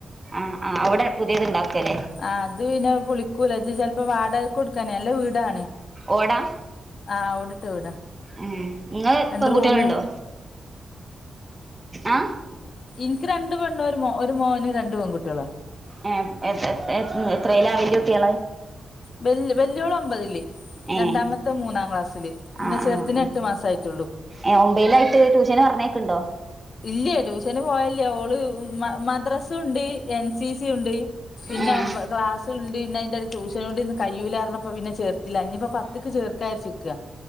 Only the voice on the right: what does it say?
ആഹ് ആഹ് അവിടെ പുതിയത് ഉണ്ടാക്കിയല്ലേ
ഓടാ
ഏഹ് ഇങ്ങള്
പെൺകുട്ട്യേള്ണ്ടോ
ആഹ്
ഏഹ് എത് എത് എത്രേലക വെല്യ കുട്ട്യേള്
ഏഹ്
ആഹ്
ആഹ് ആഹ്
ഏഹ് ഒമ്പെയിലായിട്ട് ട്യൂഷന് പറഞ്ഞയക്ക്ണ്ടോ?
ഏഹ്